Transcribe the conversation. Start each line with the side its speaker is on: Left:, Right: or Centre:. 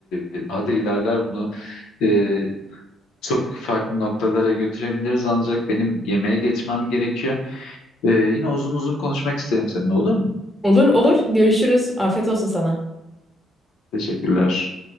Left: E, daha da ilerler bunu. E, Çok farklı noktalara götürebiliriz ancak benim yemeğe geçmem gerekiyor. Ee, yine uzun uzun konuşmak isterim seninle olur mu?
Centre: Olur olur görüşürüz. Afiyet olsun sana.
Left: Teşekkürler.